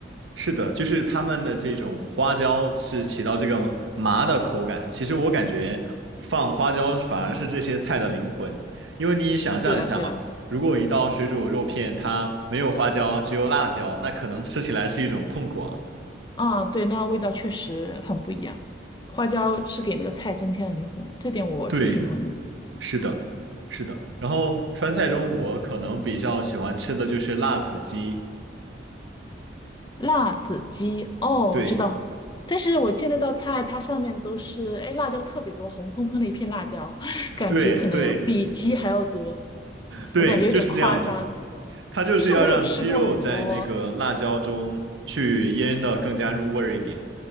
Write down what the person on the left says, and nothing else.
对了对了，
啊，对，那味道确实很不一样。花椒是给那个菜增添了灵魂，这点我是挺同意的
辣子鸡，哦，
我知道，但是我见那道菜，它上面都是，哎，辣椒特别多，红喷喷的一片辣椒，<laughs> <sucks teeth> 感觉可能比鸡还要多，
我感觉有点夸张。
其实我有吃过很多，